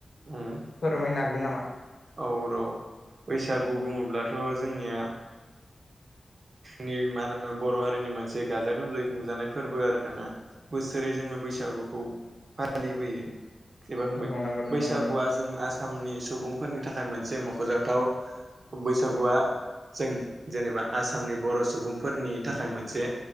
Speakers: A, on the right; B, on the left.
A: उम
B: फोरमायनो हागोन नामा
A: औ रौ बैसागु बुङोब्लाथ' जोंनिया नि मा होनो बर' हारिनि मोनसे गाजा गोमजायै खुंजानाय फोरबो आरोना बोसोरै जोङो बैसागुखौ फालिबोयो एबा खुबोयो
B: औ नंगौ नोंथां
A: बैसागुआ
B: नंगौ
A: जों आ आसामनि सुबुंफोरनि थाखाय मोनसे मख'जाथाव बैसागुआ जों जेनेबा आसामनि बर' सुबुंफोरनि थाखाय मोनसे